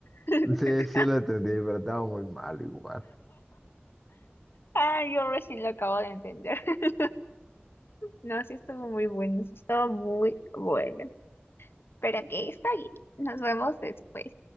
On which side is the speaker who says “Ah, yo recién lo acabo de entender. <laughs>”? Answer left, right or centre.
Left